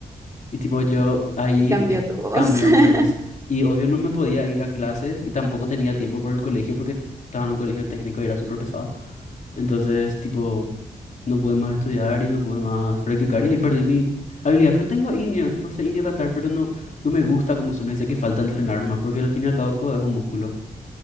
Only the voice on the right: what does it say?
Y cambió
tu Sí. voz.
<laughs>